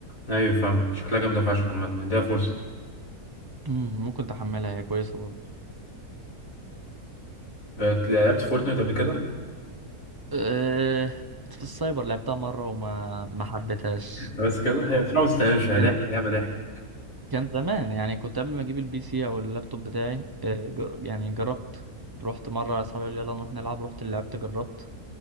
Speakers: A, on the left; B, on the right.
A: أيوة فاهمك شكلها جامدة فشخ عامة اديها فرصة
B: امم ممكن تحملها هي كويسة برضه
A: بقت- لعبت فورتنايت قبل كده
B: أه في السايبر لعبتها مرة وما ما حبيتهاش
A: بس كده
B: أنت
A: هي
B: فاهم؟
A: بصراحة ما تستاهلش هي
B: كان
A: ضحك لعبة ضحك
B: كان زمان يعني كنت قبل ما أجيب البي سي أو اللابتوب بتاعي أه جر... يعني جربت رحت مرة أصحابي قالوا لي يلا نروح نلعب رحت لعبت جربت